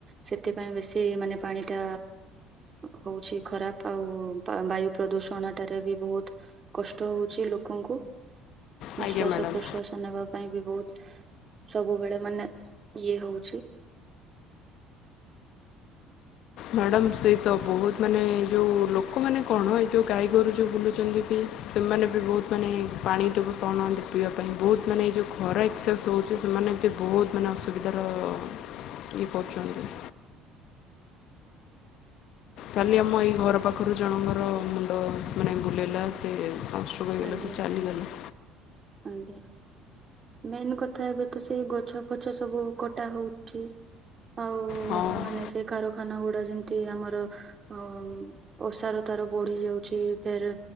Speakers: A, on the right; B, on the left.
A: ସେଥିପାଇଁ ବେଶୀ ମାନେ ପାଣିଟା ହଉଛି ଖରାପ ଆଉ ବାୟୁ ପ୍ରଦୂଷଣଟାରେ ବି ବହୁତ କଷ୍ଟ ହଉଛି ଲୋକଙ୍କୁ।
B: ଆଜ୍ଞା
A: ନିଃଶ୍ଵାସ
B: ମ୍ୟାଡ଼ାମ୍।
A: ପ୍ରଶ୍ଵାସ ନେବା ପାଇଁ ବି ବହୁତ। ସବୁବେଳେ ମାନେ ଇଏ ହଉଛି।
B: ମ୍ୟାଡ଼ମ୍ ସେ ତ ବହୁତ ମାନେ ଏ ଯେଉଁ ଲୋକମାନେ କଣ ଏ ଯେଉଁ ଗାଈଗୋରୁ ଯେଉଁ ବୁଲୁଛନ୍ତି କି ସେମାନେ ବି ବହୁତ ମାନେ ପାଣିଟ ବି କଣନ୍ତି ପିଇବା ପାଇଁ ବହୁତ ମାନେ ଏ ଯେଉଁ ଖରା ଏକ୍ସେସ୍ ହେଉଛି ସେମାନେ ଏ ବି ବହୁତ ମାନେ ଅସୁବିଧାର ଇଏ କରୁଛନ୍ତି। କାଲି ଆମ ଏଇ ଘର ପାଖରୁ ଜଣଙ୍କର। ମୁଣ୍ଡ ମାନେ ବୁଲେଇଲା ସ ସେ ସଶ ହୋଇଗଲା
A: ଆଜ୍ଞା।
B: ସେ ଚାଲିଗଲେ।
A: ଆଜ୍ଞା। ମେନ୍ କଥା ଏବେ ତ ସେ ଗଛ ଫଛ ସବୁ କଟା ହଉଛି। ଠିକ। ଆଉ
B: ହଁ।
A: ମାନେ ସେ କ ଖାନ ଗୁଡା ଯେମିତି ଆମର ଅ ଅସାର ତାର ବଢି ଯାଉଛି ଫେରେ